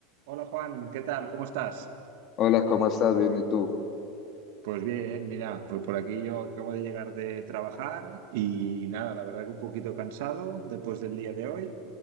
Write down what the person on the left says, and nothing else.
Hola, ¿cómo estás? Bien, ¿y tú?